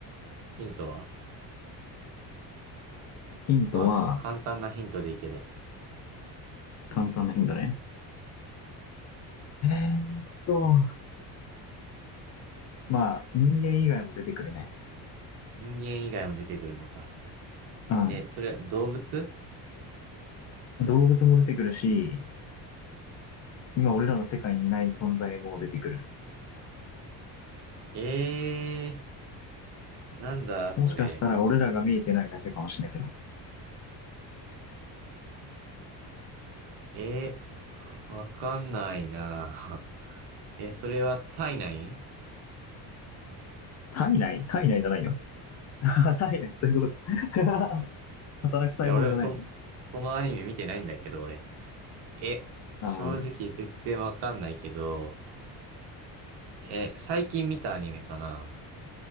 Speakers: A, on the right (about 80°); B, on the left (about 40°).
A: ヒントは
B: う。ヒントは、
A: まあ、か簡単なヒントでいいけど。
B: 簡単なヒントね。えーっと、まあ、人間以外も出てくるね。
A: 人間以外も出てくるのか。
B: うん。
A: え、それは動物
B: 動物も出てくるし、今俺らの世界にいない存在も出てくる。
A: ええー、なんだ、それ。
B: もしかしたら俺らが見えてないだけかもしれないけど。
A: えー、わかんないな。<laughs> え、それは体内 <laughs> い
B: 体内体内じゃないよ。働いないね、そういうことか。<laughs> 働く細胞じゃないね。
A: や、俺、そ、そのアニメ見てないんだけど、俺。え、正直全然わかんないけど、
B: ああ、
A: え、最近見たアニメかな